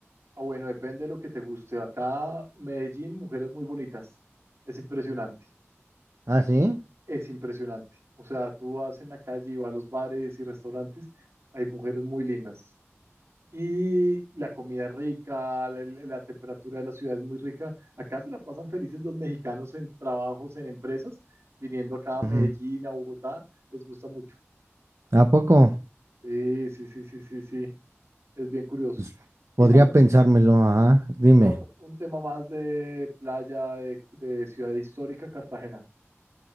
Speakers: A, on the right; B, on the right.
A: Ah, bueno, depende de lo que te guste. Acá, Medellín, mujeres muy bonitas. Es impresionante.
B: ¿Ah, sí?
A: es impresionante. O sea, tú vas en la calle y vas a los bares y restaurantes, hay mujeres muy lindas. Y la comida es rica, la, la- la temperatura de la ciudad es muy rica. Acá se la pasan felices los mexicanos en trabajos, en empresas, viniendo acá a Medellín,
B: Ujú.
A: a Bogotá, les gusta mucho.
B: ¿A poco?
A: Sí, sí, sí, sí, sí, sí, es bien curioso.
B: Pues,
A: Y
B: podría
A: la otra,
B: pensármelo, ajá. Dime.
A: la otra, un tema más de playa, de, de ciudad histórica, Cartagena.